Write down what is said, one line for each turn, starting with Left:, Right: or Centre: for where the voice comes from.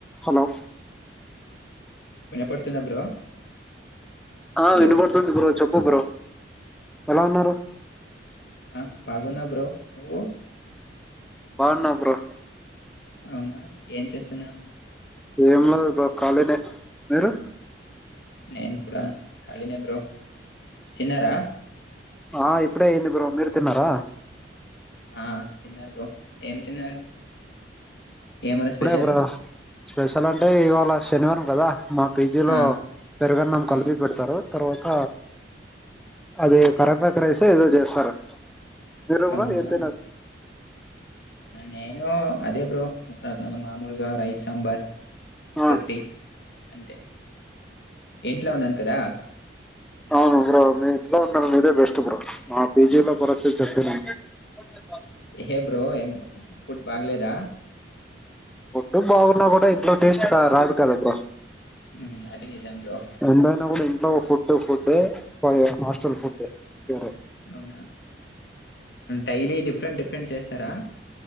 Centre: హలో
Left: వినపడుతుంద బ్రో
Centre: ఆ
Left: హలో
Centre: వినపడుతుంది బ్రో చెప్పు బ్రో ఎలా ఉన్నారు
Left: ఆ బాగున్నా బ్రో నువ్వు
Centre: బాగున్నా బ్రో
Left: అవునా ఏం చేస్తున్నావు
Centre: ఏం లేదు బ్రో ఖాళీనే మీరు
Left: నేను కూడా ఖాళీనె బ్రో తిన్నారా
Centre: ఆ ఇప్పుడే అయింది బ్రో మీరు తిన్నారా
Left: ఆా తిన్నారు బ్రో ఏం తిన్నారు ఏమరా
Centre: ఇప్పుడే
Left: స్పెషల్?
Centre: బ్రో స్పెషల్ అంటే ఇవాళ శనివారం కదా మ పీజీ లో
Left: ఆ!
Centre: పెరుగన్నం
Left: హ్మ్.
Centre: కలిపి పెడతారు తర్వాత అది కరెపకు రైస్ ఏదో చేస్తారు మీరు
Left: అవునా
Centre: బ్రో ఏం తిన్నారు
Left: నేను అదే బ్రో రానగ మాములుగా రైస్, సాంబార్,
Centre: ఆ
Left: రొట్టి అంతే ఇంట్లో ఉన్నాను కదా
Centre: అవును ఉగ్ర అది అవును మేడమ్ ఇదే బస్ట్ బ్ర మా పీజీ
Left: ఆ,
Centre: లో పరిస్థితి చెప్పనండి అ
Left: హే బ్రో ఎ ఫుడ్ బాగలేదా
Centre: ఒడ్డు బాగున్నా కూడా ఎట్లో టేస్ట్ రాదు కదా బ్ర
Left: హ్మ్. అది నిజం బ్రో.
Centre: ఎంతైనా కూడా ఇంట్లో ఫుడ్ ఫుడ్ ఏ ఫ హాస్టెల్ ఫుడ్ వేర
Left: అవునా డైలీ డిఫరెంట్ డిఫరెంట్ చేస్తారా